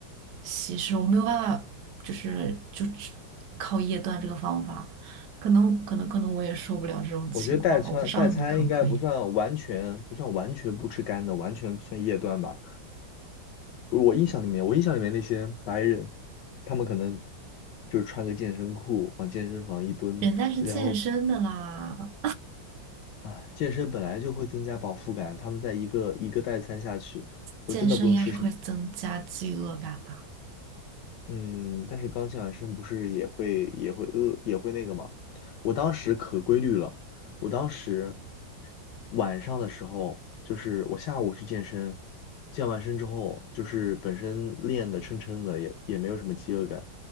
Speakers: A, on the right; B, on the left.
A: 稀释，我没有办法，就是就只靠夜断这个方法，可能可能可能我也受不了这种情况吧，
B: 我觉得代餐代餐应该不算完全不算完全不吃干的，
A: 我不知道你可不可以。
B: 完全不算夜断吧。我印象里面，我印象里面那些白人，他们可能就是穿个健身裤往健身房一蹲，
A: 人家是健身的啦，
B: 然后啊，健身本来就会增加饱腹感，他们在一个一个代餐下去，都真的不用吃什么。
A: 健身应该是会增加饥饿感吧？
B: 嗯，但是刚健完身不是也会也会饿也会那个嘛？我当时可规律了，我当时晚上的时候，就是我下午去健身，健完身之后，就是本身练的撑撑的，也也没有什么饥饿感，